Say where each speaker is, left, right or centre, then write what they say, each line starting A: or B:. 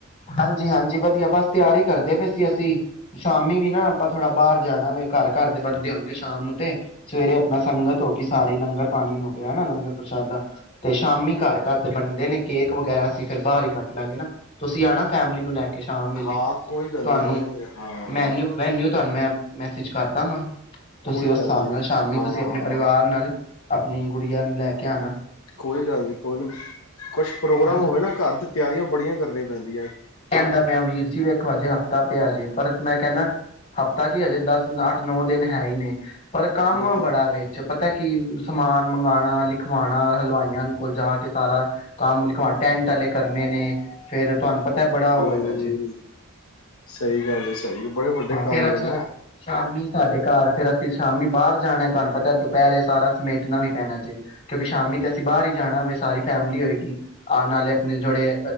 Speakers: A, on the left (about 30°); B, on the left (about 75°).
A: ਹਾਂਜੀ, ਹਾਂਜੀ ਵਧੀਆ ਬਸ ਤਿਆਰੀ ਕਰਦੇ ਪਏ ਸੀ ਅਸੀਂ। ਸ਼ਾਮੀ ਵੀ ਨਾ ਆਪਾਂ ਥੋੜਾ ਬਾਹਰ ਜਾਣਾ ਵੇ। ਘਰ-ਘਰ ਦੇ ਬੰਦੇ ਹੋਣਗੇ, ਸ਼ਾਮ ਨੂੰ ਤੇ ਸਵੇਰੇ ਆਪਣਾ ਸੰਗਤ ਹੋ ਗਈ ਸਾਰੀ, ਲੰਗਰ ਪਾਣੀ ਹੋ ਗਿਆ ਹਨਾ ਲੰਗਰ ਪ੍ਰਸ਼ਾਦਾ ਤੇ ਸ਼ਾਮੀ ਘਰ-ਘਰ ਦੇ ਵੰਡ ਦੇ ਨੇ ਕੇਕ ਵਗੈਰਾ ਅਸੀਂ ਫਿਰ ਬਾਹਰ ਹੀ ਕੱਟ ਲਾਂਗੇ ਨਾ ਤੁਸੀਂ ਆਣਾ ਫੈਮਿਲੀ ਨੂੰ ਲੈ ਕੇ ਕੇ ਸ਼ਾਮ ਵੇਲੇ
B: ਹਾਂ ਕੋਈ ਗੱਲ
A: ਤੁਹਾਨੂੰ
B: ਨੀ ਆ ਜਾਂਗੇ ਹਾਂ
A: ਮੈਨਿਊ-ਵੈਨਿਊ ਤੁਹਾਨੂੰ ਮੈਂ ਮੈਸੇਜ ਕਰਦਾਂਗਾ ਤੁਸੀਂ
B: ਕੋਈ
A: ਉਸ
B: ਗੱਲ
A: ਹਿਸਾਬ
B: ਨੀ
A: ਨਾਲ ਸ਼ਾਮੀ
B: ਹਾਂ
A: ਤੁਸੀਂ
B: ਹਾਂ
A: ਆਪਣੇ
B: ਹਾਂ
A: ਪਰਿਵਾਰ ਨਾਲ ਆਪਣੀ ਗੁੜੀਆਂ ਨੂੰ ਲੈ ਕੇ ਆਣਾ।
B: ਕੋਈ ਗੱਲ ਨੀ ਕੋਈ ਨੀ ਕੁਛ ਪ੍ਰੋਗਰਾਮ
A: ਹਨਾ
B: ਹੋਵੇ ਨਾ ਘਰ ਦੇ ਤਿਆਰੀਆਂ ਬੜੀਆਂ ਕਰਨੀ ਪੈਂਦੀਆਂ
A: ਕਹਿੰਦਾ ਪਿਆ ਵੀਰ ਜੀ ਵੇਖੋ ਹਜੇ ਹਫ਼ਤਾ ਪਿਆ ਜੇ ਪਰ ਮੈਂ ਕਹਿੰਦਾ ਹਫ਼ਤਾ ਕੀ ਹਜੇ ਦਸ, ਅੱਠ ਨੌ ਦਿਨ ਹੈ ਹੀ ਨੇ ਪਰ ਕੰਮ
B: ਹੂੰ
A: ਬੜਾ ਵੇ ਵਿੱਚ ਪਤਾ ਕੀ ਸਮਾਨ ਮੰਗਵਾਉਣਾ, ਲਿਖਵਾਉਣਾ, ਹਲਵਾਈਆਂ ਕੋਲ ਜਾ ਕੇ ਸਾਰਾ ਕੰਮ ਲਿਖਵਾਣਾ ਟੈਂਟ ਆਲੇ ਕਰਨੇ ਨੇ ਫੇਰ ਤੁਹਾਨੂੰ ਪਤਾ ਬੜਾ ਉਹ
B: ਹਮ
A: ਹੈਗਾ ਜੇ
B: ਸਹੀ ਗੱਲ ਹੈ ਸਹੀ ਗੱਲ ਬੜੇ ਵੱਡੇ
A: ਹਾਂ
B: ਕੰਮ
A: ਫੇਰ ਅੱਛਾ
B: ਨੇ ਨਾ ਇਹ।
A: ਸ਼ਾਮੀ ਸਾਡੇ ਘਰ ਫੇਰ ਅਸੀਂ ਸ਼ਾਮੀ ਬਾਹਰ ਜਾਣਾ ਤੁਹਾਨੂੰ ਪਤਾ ਦੁਪਹਿਰੇ ਸਾਰਾ ਸਮੇਟਣਾ ਵੀ ਪੈਣਾ ਜੇ ਕਿਉਂਕਿ ਸ਼ਾਮੀ ਤੇ ਅਸੀਂ ਬਾਹਰ ਹੀ ਜਾਣਾ ਵੇ ਸਾਰੀ ਫੈਮਿਲੀ ਹੋਏਗੀ ਆਉਣ ਨਾਲੇ ਆਪਣੇ ਜਿਹੜੇ